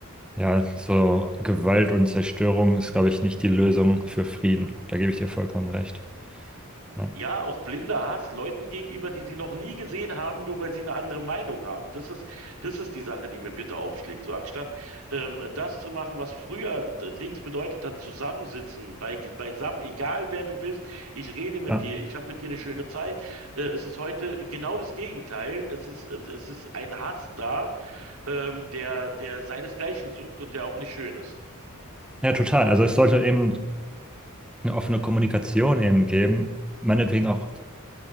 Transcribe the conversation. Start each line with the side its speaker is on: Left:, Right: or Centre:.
Centre: Ja, so Gewalt und Zerstörung ist, glaube ich, nicht die Lösung für Frieden. Da gebe ich dir vollkommen recht. Ja,
Right: Ja, auch blinder Hass Leuten gegenüber, die sie noch nie gesehen haben, nur weil sie eine andere Meinung haben. Das ist, das ist die Sache, die mir bitter aufschlägt. So anstatt ähm, das zu machen, was früher d- links bedeutet hat, zusammensitzen, bei, beisammen, egal wer du bist, ich rede mit
Centre: ja.
Right: dir, ich habe mit dir eine schöne Zeit. Äh, es ist heute genau das Gegenteil. Es ist, äh, es ist ein Hass da, ähm, der, der seinesgleichen sucht und der auch nicht schön ist.
Centre: Ja, total. Also es sollte eben eine offene Kommunikation eben geben, meinetwegen auch